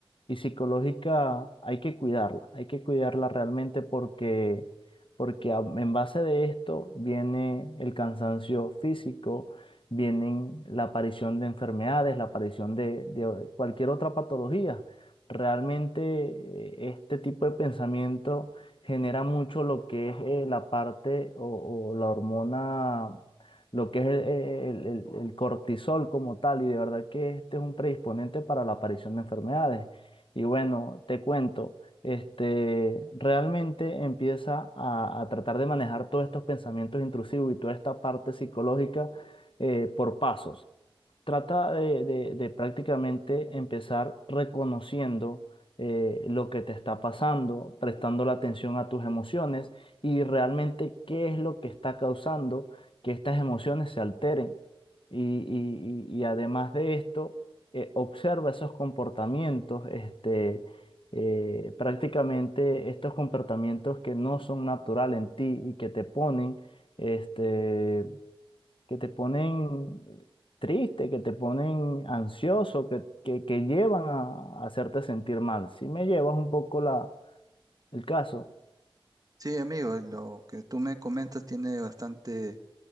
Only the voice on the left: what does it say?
y psicológica hay que cuidarla, hay que cuidarla realmente porque, porque a- en base de esto viene el cansancio físico, vienen la aparición de enfermedades, la aparición de, de cualquier otra patología. Realmente eh, este tipo de pensamiento genera mucho lo que es eh, la parte o o la hormona lo que es el, el- el cortisol como tal, y de verdad que este es un predisponente para la aparición de enfermedades. Y bueno, te cuento, este, realmente empieza a, a tratar de manejar todos estos pensamientos intrusivos y toda esta parte psicológica eh, por pasos. Trata de, de- de prácticamente empezar reconociendo eh, lo que te está pasando, prestando la atención a tus emociones y realmente qué es lo que está causando que estas emociones se alteren. Y, y- y- y además de esto, eh, observa esos comportamientos, este, eh, prácticamente estos comportamientos que no son naturales en ti y que te ponen, este, que te ponen triste, que te ponen ansioso, que, que, que llevan a, a hacerte sentir mal. Si me llevas un poco la, el caso.